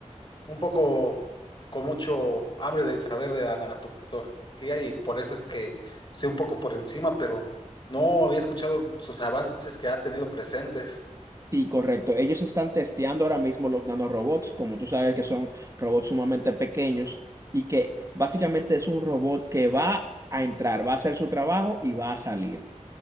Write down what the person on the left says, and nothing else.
Un poco con mucho hambre de saber de anatomía y por eso es que sé un poco por encima, pero no había escuchado sus avances que ha tenido presentes.